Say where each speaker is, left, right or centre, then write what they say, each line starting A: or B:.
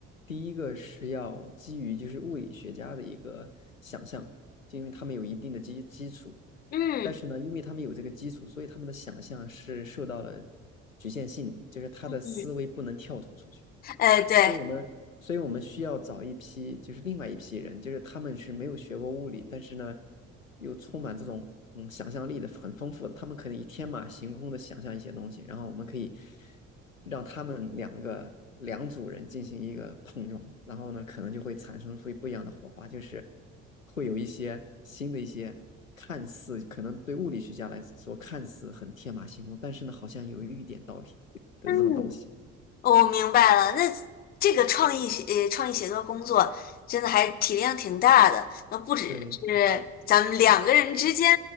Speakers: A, on the left; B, on the left.
A: 第一个是要基于就是物理学家的一个想象，就因为他们有一定的基基础，
B: 嗯，
A: 但是呢，因为他们有这个基础，所以他们的想象是受到了局限性的，就是他的思维不能跳脱出去。
B: 嗯，哎对。
A: 所以我们，所以我们需要找一批，就是另外一批人，就是他们是没有学过物理，但是呢，又充满这种嗯想象力的，很丰富的，他们可能以天马行空的想象一些东西，然后我们可以让他们两个两组人进行一个碰撞，然后呢，可能就会产生出不一样的火花，就是会有一些新的一些。看似可能对物理学家来说看似很天马行空，但是呢，好像有一点道理的这种东西。
B: 嗯。我明白了，那这个创意写呃创意写作工作真的还体量挺大的，那不只是咱们两个人之间
A: 对，